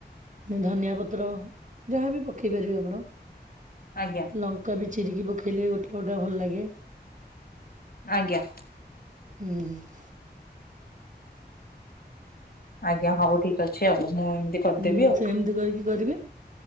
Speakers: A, on the right; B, on the left.
A: ଧନିଆ ପତ୍ର ଯାହାବି ପକେଇ ପାରିବେ ଆପଣ।
B: ଆଜ୍ଞା।
A: ଲଙ୍କା ବି ଚିରିକି ପକେଇଲେ ଗୋଟେ ଗୋଟେ ଭଲ ଲାଗେ।
B: ଆଜ୍ଞା।
A: ହୁଁ।
B: ଆଜ୍ଞା ହଉ ଠିକ୍ ଅଛି ଆଉ ମୁଁ ଏମିତି କରିଦେବି
A: ହୁଁ
B: ଆଉ
A: ସେମିତି କରିକି କରିବେ